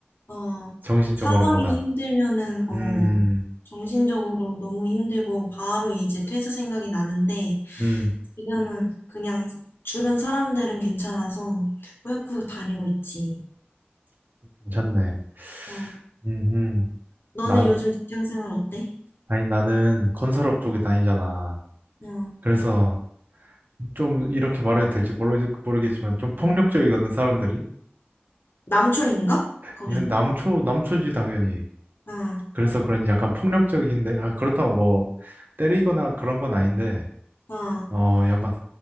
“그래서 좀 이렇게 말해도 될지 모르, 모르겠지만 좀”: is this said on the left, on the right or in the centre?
Right